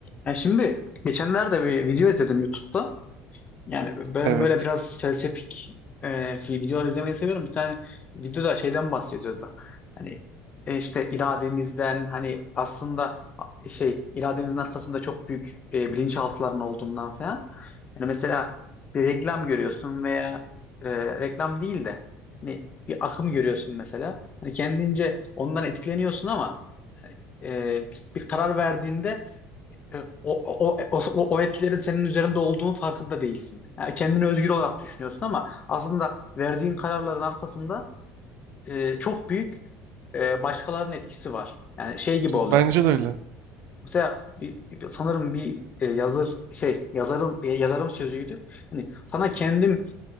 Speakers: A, on the left; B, on the right.
A: Ya şimdi geçenlerde bir video izledim YouTube'da. Yani ben
B: Evet.
A: böyle biraz felsefik e, videolar izlemeyi seviyorum. Bir tane videoda şeyden bahsediyordu. Hani e, işte irademizden hani aslında şey irademizin arkasında çok büyük e, bilinçaltıların olduğundan falan. Yani mesela bir reklam görüyorsun veya e, reklam değil de hani bir akım görüyorsun mesela. Hani kendince ondan etkileniyorsun ama hani, e, bir karar verdiğinde e, O, o, o, e, o o etkilerin senin üzerinde olduğunun farkında değilsin. Yani kendini özgür olarak düşünüyorsun ama aslında verdiğin kararların arkasında e, çok büyük e, başkalarının etkisi var. Yani şey gibi
B: Bence
A: oluyor.
B: de öyle.
A: Mesela bir, bir- sanırım bir e, yazır şey yazarın e, yazarın sözüydü. Hani sana kendim